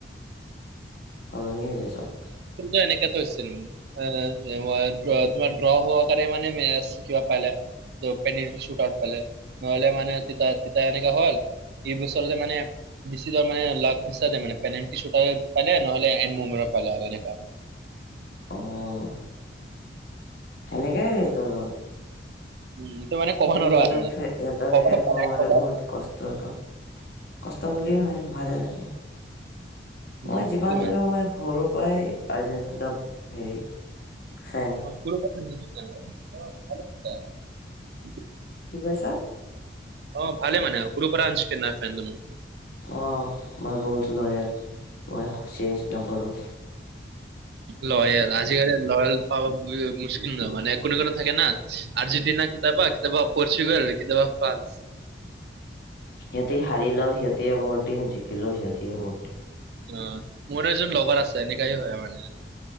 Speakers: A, on the left; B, on the right.
A: সলনি হৈ যায় চব
B: ব্ল এনেকা হৈছিল এ', তোমাৰ ড্ৰ' হোৱাৰ কাৰে মানে মেচ কিবা পাইনা পেনেটি শ্বুট আউট পালে। নহলে মানেপ দুটা দুটা এনেকা হ'ল এই বছৰতে মানে মানে লাক পেনেলটো শ্বুতাউত পালে নহলে এন্ড মমেণ্ডত পালে আৰু এনেকা
A: অ', সেনেকাই সিহতৰ
B: উম। ইয়াত মানে ক'ব
A: এ
B: নোৱাৰো
A: সিহতৰ,
B: আৰু মানে
A: ফে
B: ক'ব
A: ফেন
B: পাৰে
A: হোৱা মানে
B: ক'ব
A: বহুত কষ্টৰ কাম। কষ্ট বুলিয়েই নহয় ভালে লাগে।
B: উম,
A: মই যিমান
B: সেইটো মানে।
A: জানো মই সৰুৰ পৰাই আৰ্জেন্দীদা হেৰি ফেন।
B: <unintelligible>
A: কি কৈছা?
B: অ', ভালে মানে সৰু পৰা আনছ কে না ফেন দুমু।
A: অ', মই বহুত লয়েল, মই চেঞ্জ নকৰোঁ।
B: লয়েল, আজিকালি লয়েল পাব মুশকিল নহয় মানে কোনো কোনো থাকে না। আৰ্জেণ্টিনা কেতিয়াবা। কেতিয়াবা পৰ্চুগাল, কেতিয়াবা ফ্ৰান্স।
A: সিহতি হাৰিলেও সিহতি এ মোৰ টীম, জিকিলেও সিহঁতি এ টি
B: অ'। মোৰ এজন লগৰ আছে, এনেকাই হয় আৰু মানে